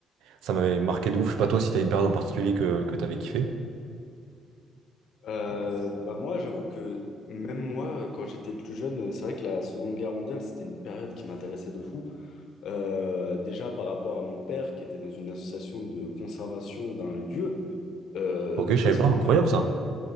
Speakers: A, on the right (about 85°); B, on the left (about 70°).
A: ça m'avait marqué de ouf. Je sais pas toi si t'as une période en particulier que, que t'avais kiffé.
B: Euh, bah moi, j'avoue que même moi, quand j'étais plus jeune, c'est vrai que la Seconde Guerre mondiale, c'était une période qui m'intéressait de fou. Euh, déjà par rapport à mon père, qui était dans une association de conservation d'un lieu euh,
A: Ok,
B: de
A: je
B: la
A: savais
B: Seconde
A: pas, incroyable
B: Guerre mondiale.
A: ça.